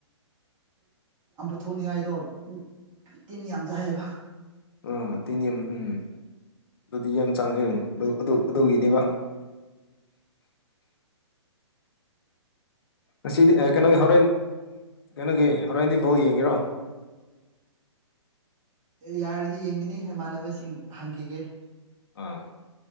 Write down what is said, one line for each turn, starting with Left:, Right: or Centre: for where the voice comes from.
Right: ꯊꯣꯛꯅꯤꯡꯉꯥꯏꯗꯣ ꯇꯤꯟ ꯌꯥꯝ ꯆꯥꯏꯑꯦꯕ
Left: ꯑ ꯊꯤꯅꯝ ꯎꯝ ꯑꯗꯨꯗꯤ ꯌꯥꯝ ꯆꯥꯡꯉ ꯑꯗꯨꯒꯤꯅꯦꯕ ꯉꯁꯤꯗꯤ ꯀꯩꯅꯣꯒꯤ ꯍꯣꯔꯦꯟ ꯀꯩꯅꯣꯒꯤ ꯍꯣꯔꯦꯟꯗꯤ ꯕꯧ ꯌꯦꯡꯉꯦꯔꯣ <unintelligible>
Right: ꯌꯥꯔꯗꯤ ꯌꯦꯡꯒꯅꯤ ꯏꯃꯥꯟꯅꯕꯁꯤꯡ ꯍꯪꯈꯤꯒꯦ
Left: ꯑꯥ